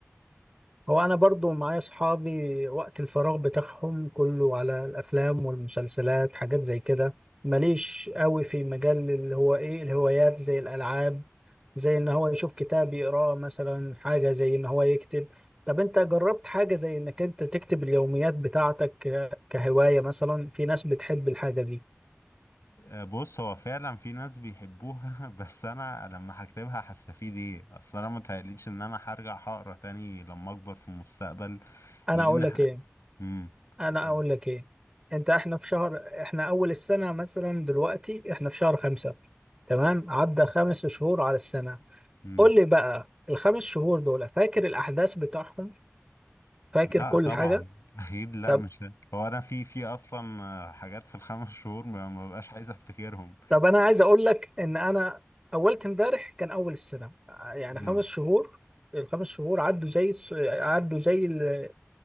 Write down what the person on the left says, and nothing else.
آه، بص هو فعلا في ناس بيحبوها <laughs> بس انا لما هكتبها هستفيد ايه اصل انا متهيأليش ان انا هرجع هقرا تاني لما اكبر في المستقبل
لان
ح...
مم.
قول.
مم.
لا
طبعا
<laughs> اكيد لا
مش ه- هو انا في في اصلا آه، حاجات في الخمس شهور ما ما ببقاش عايز افتكرهم
مم.